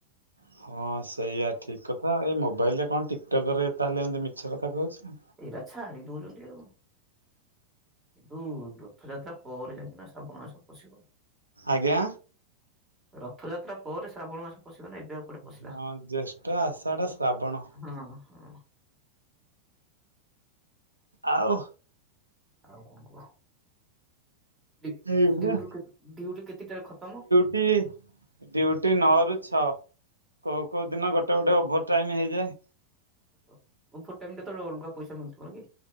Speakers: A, on the right; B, on the right.
A: ହଁ, ସେଇଆ ଠିକ୍ କଥା। ଏ ମୋବାଇଲରେ କଣ ଟିକଟକ୍ ରେ ତାହେଲେ ଏମତି ମିଛ କଥା କହୁଛି।
B: ଏଇଟା ଛାଡ଼ି ଦୋଉଚନ୍ତି ଆଉ। ହୁଁ, ରଥଯାତ୍ରା ପରେ ଜାଇକନା ଶ୍ରାବଣ ମାସ ପସିବ।
A: ଆଜ୍ଞା
B: ରଥଯାତ୍ରା ପରେ ଶ୍ରାବଣ ମାସ ପଶିବନା ଏବେ ଆଉ କୁଆଡେ ପଶିଲା
A: ହଁ, ଜେଷ୍ଠ, ଆଷାଢ଼, ଶ୍ରାବଣ।
B: ହୁଁ, ହୁଁ।
A: ଆଉ
B: ଆଉ କଁ କୁହ? ଡି,
A: ଏଇଭଳିଆ
B: ଡିଉଟିରୁ କେତ୍, ଡିଉଟି କେତିଟାରେ ଖତମ?
A: ହୁଁ ଡିଉଟି ନଅରୁ ଛଅ। କୋଉ, କୋଉ ଦିନ ଗୋଟେଗୋଟେ ଓଭୋର୍ ଟାଇମ୍ ହେଇଯାଏ।
B: ଓହେ ଓଫୋର୍ ଟାଇମ୍ କେତେଳେ ଅଲଗା ପଇସା ମିଳଥୁବ କି?